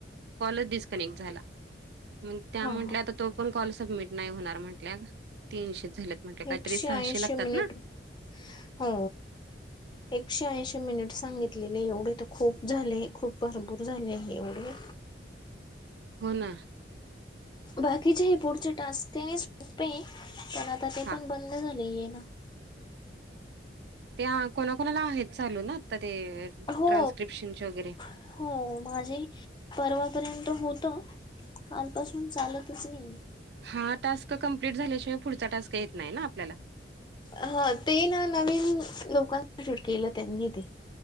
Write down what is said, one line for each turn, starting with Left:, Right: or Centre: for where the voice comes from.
Right: कॉलचं डिस्कनेक्ट झाला. मंग त्या
Left: हा
Right: म्हंटल्या,
Left: हा
Right: आता तो पण कॉल सबमिट नाही होणार, म्हंटल्या. तीनशे झालेत. म्हटलं. काहीतरी
Left: एकशे
Right: सहाशे
Left: ऐंशी
Right: लागतात
Left: मिनिट
Right: ना?
Left: हो. एकशे ऐशी मिनिट सांगितलेले. एवढे तर खूप झाले. खूप भरपूर झाले हे एवढे.
Right: हो, ना.
Left: बाकीचे हे पुढचे टास्क <unintelligible> सोपे. पण आता ते
Right: हा
Left: पण बंद झाले येन.
Right: ते हा कोणाकोणाला आहेत चालू ना. आता ते,
Left: हो
Right: ट्रान्स्क्रिप्शनचे वगैरे.
Left: हो. माझे परवा पर्यंत होतं. कालपासून चालतच नाहीये.
Right: हा टास्क कंप्लीट झाल्याशिवाय, पुढचा टास्क येतं नाही ना, आपल्याला.
Left: ह, ते ना. नवीन लोकांना शूट केलं, त्यांनी ते.